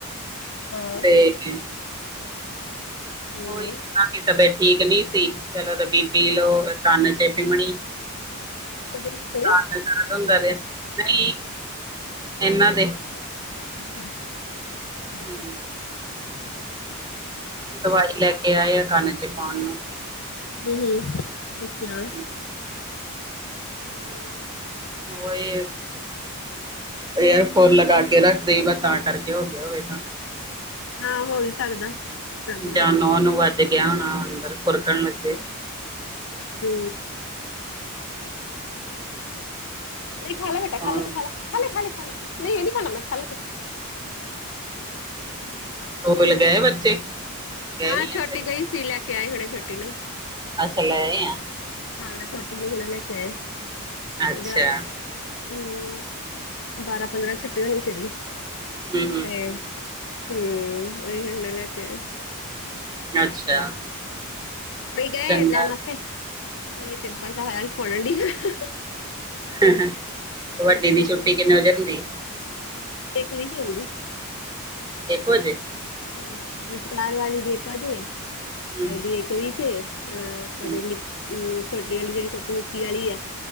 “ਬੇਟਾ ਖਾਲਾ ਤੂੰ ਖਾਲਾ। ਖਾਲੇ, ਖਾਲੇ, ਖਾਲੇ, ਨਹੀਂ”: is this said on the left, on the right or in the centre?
Left